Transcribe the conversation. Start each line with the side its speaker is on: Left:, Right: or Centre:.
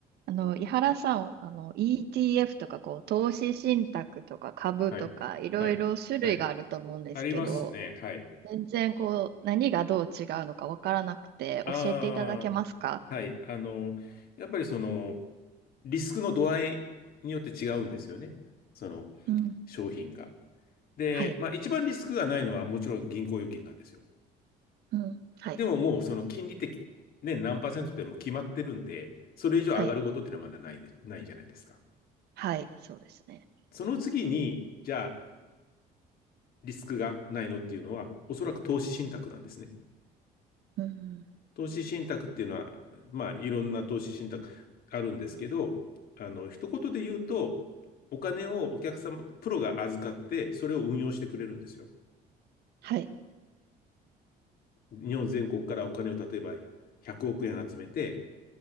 Right: あの、井原さん、あの、ETF とか、こう、投資信託とか株とか、
Left: はい。
Right: いろいろ種類があると思うんですけど、
Left: はい。はい。ありますね。はい。
Right: 全然、こう、何がどう違うのかわからなくて、
Left: あ
Right: 教えていただけますか
Left: あ、はい。あの、やっぱりその、リスクの度合いによって違うんですよね。その、
Right: うん。
Left: 商品が。で、
Right: はい。
Left: まあ一番リスクがないのはもちろん銀行預金なんですよ。
Right: うん。はい。
Left: でももうその金利的、ね、何パーセントってもう決まってるんで、それ以上上がることっていうのはまだないで、
Right: はい。
Left: ないじゃないですか。
Right: はい。そうですね。
Left: その次に、じゃあ、リスクがないのっていうのは、おそらく投資信託なんですね。
Right: うん。
Left: 投資信託っていうのは、まあ、いろんな投資信託あるんですけど、あの、一言で言うと、お金をお客様、プロが預かって、それを運用してくれるんですよ。
Right: はい。
Left: 日本全国からお金を例えば100億円集めて、